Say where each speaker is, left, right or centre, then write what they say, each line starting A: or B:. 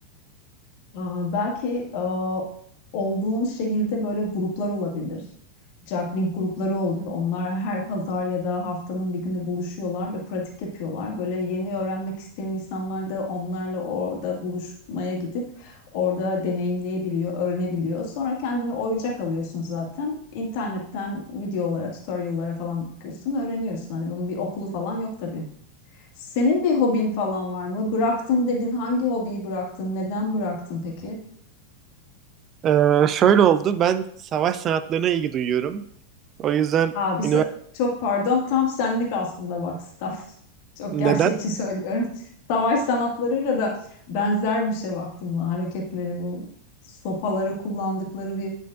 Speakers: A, on the left; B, on the right.
A: Aa, Belki aa, olduğun şehirde böyle gruplar olabilir. Juggling grupları oluyor. Onlar her pazar ya da haftanın bir günü buluşuyorlar ve pratik yapıyorlar. Böyle yeni öğrenmek isteyen insanlar da onlarla orada buluşmaya gidip orada deneyimleyebiliyor, öğrenebiliyor. Sonra kendini oyuncak alıyorsun zaten. İnternetten videolara, tutorial'lara falan bakıyorsun, öğreniyorsun. Hani bunun bir okulu falan yok tabii. Senin bir hobin falan var mı? Bıraktım dedin. Hangi hobiyi bıraktın? Neden bıraktın peki?
B: Ee, şöyle oldu. Ben savaş sanatlarına ilgi duyuyorum. O yüzden
A: Abi sa-
B: üniversite
A: çok pardon tam senlik aslında bak staff. <laughs> Çok
B: neden
A: gerçekçi söylüyorum. <laughs> Savaş sanatlarıyla da benzer bir şey baktın mı? Hareketleri bu sopaları kullandıkları bir